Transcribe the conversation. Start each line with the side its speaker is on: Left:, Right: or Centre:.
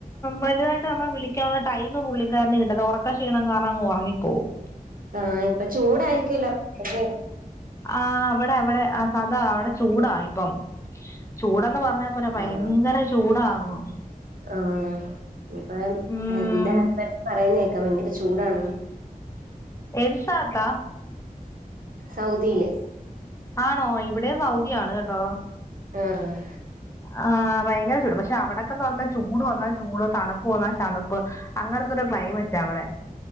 Left: വലുതായിട്ട് നമ്മളെ വിളിക്കാനുള്ള ടൈം പുള്ളിക്കാരനെ കിട്ടത്തില്ല ഉറക്കക്ഷീണം കാരണം അങ്ങ് ഒറങ്ങിപ്പോവും
Right: ആ ഇപ്പ ചൂടായിരിക്കല്ലോ <unintelligible>
Left: ആഹ് ഇവടെ അവടെ ആ സദാ അവടെ ചൂടാ ഇപ്പം ചൂടെന്ന് പറ ഞ്ഞാ പോരാ ഭയങ്കര
Right: ആഹ്
Left: ചൂടാ അങ്ങു
Right: ആഹ് ഇപ്പം
Left: ഉം
Right: എ ഇന്റെ ഹസ്ബൻറ് പറയുന്ന കേക്കാം വയങ്കര ചൂ ചൂടാണെന്ന്
Left: ഏത് സ്ഥലത്താ?
Right: സൗദിയില്
Left: ആണോ ഇവിടേം സൗദി ആണ് കേട്ടോ.
Right: ആഹ്
Left: ആഹ് വയങ്കര ചൂട് പക്ഷെ അവിടൊക്കെന്ന് പറഞ്ഞാ ചൂട് വന്നാ ചൂട് തണപ്പ് വന്നാ തണുപ്പ് അങ്ങ ടത്തൊരു ക്ലൈമറ്റാ അവടെ